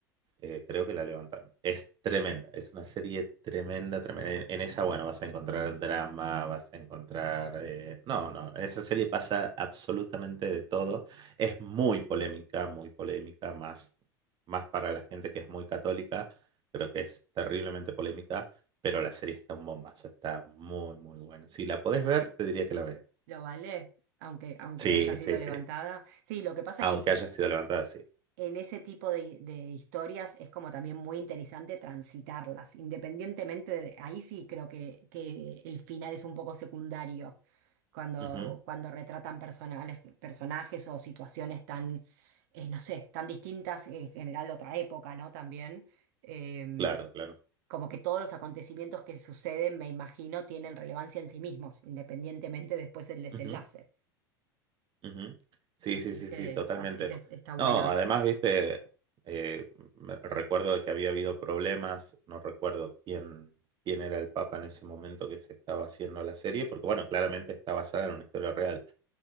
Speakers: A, on the right; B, on the right.
A: eh, creo que la levantaron. Es tremenda, es una serie tremenda, tremenda. En, en esa, bueno, vas a encontrar drama, vas a encontrar... eh, no, no, en esa serie pasa absolutamente de todo. Es muy polémica, muy polémica, más, más para la gente que es muy católica. Creo que es terriblemente polémica, pero la serie está un bombazo, está muy, muy buena. Si la podés ver, te diría que la veas.
B: ¿Lo vale? Aunque, aunque
A: Sí,
B: haya sido
A: sí,
B: levantada.
A: sí.
B: Sí, lo que pasa
A: Aunque
B: que eh,
A: haya sido levantada sí
B: en ese tipo de, de historias es como también muy interesante transitarlas, independientemente de, ahí sí creo que, que el final es un poco secundario cuando,
A: Ujú, ujú,
B: cuando retratan personales, personajes o situaciones tan, eh, no sé, tan distintas en general de otra época, ¿no? También, eh,
A: Claro, claro.
B: como que todos los acontecimientos que suceden, me imagino, tienen relevancia en sí mismos, independientemente después del desenlace.
A: Ujú. Ujú. Sí,
B: Así
A: sí, sí,
B: que,
A: sí, totalmente.
B: así que está bueno
A: No,
B: eso.
A: además, viste, eh, me- recuerdo de que había habido problemas, no recuerdo quién, quién era el Papa en ese momento que se estaba haciendo la serie, porque bueno, claramente está basada en una historia real.